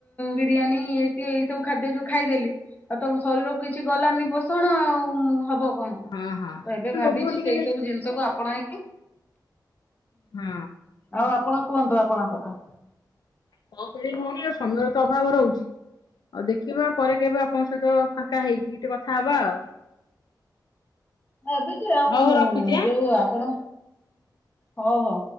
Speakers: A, on the left (about 20°); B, on the left (about 65°).
A: ବିରିୟାନୀ ଏ ଏଇ ସବୁ ଖାଦ୍ୟ ଯୋଉ ଖାଇଦେଲି। ଆଉ ତମ ଶରୀରକୁ କିଛି ଗଲାନି ପୋଷଣ ଆଉ ହବ କଣ,
B: ହଁ ହଁ
A: ତ ଏବେ ଭାବିଛି
B: ଲୋଭ ଟିକେ
A: ସେଇ ସବୁ ଜିନିଷକୁ ଆପଣାଇକି।
B: ହୁଁ।
A: ଆଉ ଆପଣ କୁହନ୍ତୁ ଆପଣଙ୍କ କଥା।
B: କଣ କହିବି ଭଉଣୀ ଆଉ ସମୟର ତ ଅଭାବ ରହୁଛି। ଆଉ ଦେଖିବା ପରେ କେବେ ଆପଣଙ୍କ ସହିତ ଫାଙ୍କା ହେଇକି ଟିକେ କଥା ହବା ଆଉ।
A: ଏବେଯେ ଆଉ
B: ହଉ ହଉ ରଖୁଛି ଆଁ
A: ଯୋଉ ଆପଣ, ହଉ ହଉ।